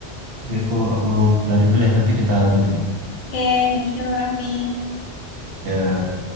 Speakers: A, on the right; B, on the left.
A: Jadi aku aku kelarin dulu ya, nanti kita lanjutin.
B: Oke, thank you, Raffi.
A: Ya,